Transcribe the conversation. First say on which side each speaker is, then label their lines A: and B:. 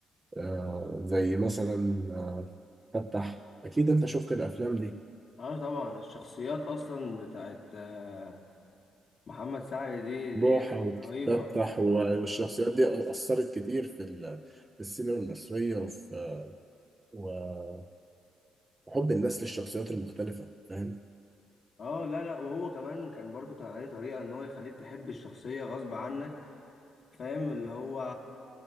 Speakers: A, on the right (about 25°); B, on the left (about 45°).
A: آه، زي مثلا آه، فتح اكيد انت شفت الافلام دي
B: اه طبعا الشخصيات اصلا بتاعت آه، محمد سعد دي
A: بوحة
B: دي
A: وتفتح
B: رهيبه
A: و- والشخصيات دي أثرت كتير في ال- في السينما المصرية وفي و- وحب الناس للشخصيات المختلفة فاهم
B: اه لا لا وهو كمان كان برضو كان عليه طريقه ان هو يخليك تحب الشخصيه غصب عنك فاهم اللي هو